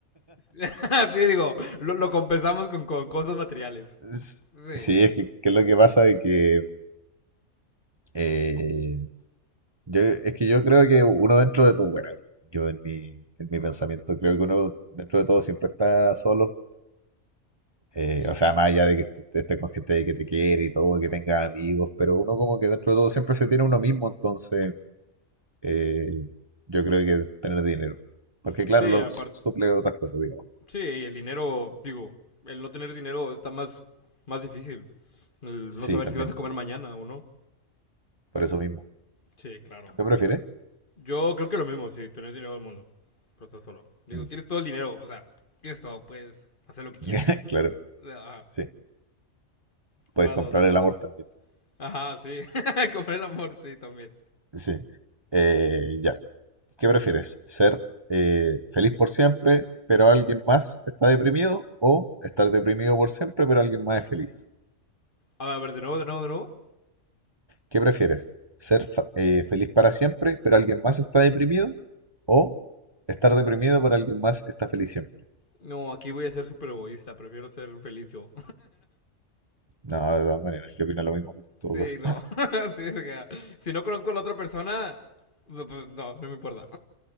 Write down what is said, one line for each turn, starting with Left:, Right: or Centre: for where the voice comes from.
Left: <laughs> sí, digo, lo, lo compensamos con, con cosas materiales.
Right: Es-
Left: Sí.
Right: Sí, es que, que es lo que pasa es que eh, yo, es que yo creo que uno dentro de todo, bueno, yo en mi, en mi pensamiento creo que uno dentro de todo siempre está solo, eh,
Left: Sí,
Right: o sea, más allá de que est- estés con gente que te quiere y todo, que tengas amigos, pero uno como que dentro de todo siempre se tiene uno mismo, entonces eh, yo creo que tener dinero, porque
Left: sí,
Right: claro, lo
Left: aparte,
Right: su- suple otras cosas, digamos.
Left: sí, el dinero, digo, el no tener dinero está más, más difícil. El
Right: Sí,
Left: no saber
Right: también,
Left: si vas a comer mañana o no.
Right: por eso mismo.
Left: Sí, claro.
Right: ¿Tú qué prefieres?
Left: Yo creo que lo mismo, sí, tener dinero del mundo. Pero estás solo. Digo,
Right: Mm.
Left: tienes todo el dinero, o sea, tienes todo, puedes hacer lo que
Right: <laughs>
Left: quieras.
Right: Claro,
Left: Ajá,
Right: sí, puedes
Left: vas,
Right: comprar
Left: vas, vas.
Right: el amor también.
Left: Ajá, sí. <laughs> comer el amor, sí, también.
Right: Sí. Eh, ya. ¿Qué prefieres? ¿Ser eh, feliz por siempre, pero alguien más está deprimido? ¿O estar deprimido por siempre, pero alguien más es feliz?
Left: A ver, a ver, de nuevo, de nuevo, de nuevo.
Right: ¿Qué prefieres? ¿Ser fa- eh, feliz para siempre, pero alguien más está deprimido? ¿O estar deprimido, pero alguien más está feliz siempre?
Left: No, aquí voy a ser súper egoísta, prefiero ser feliz yo.
Right: No, de todas maneras, yo opino lo mismo que tú en todo
Left: Sí,
Right: caso.
Left: no. <laughs> Sí, o sea, si no conozco a la otra persona, no, pues no, no me importa.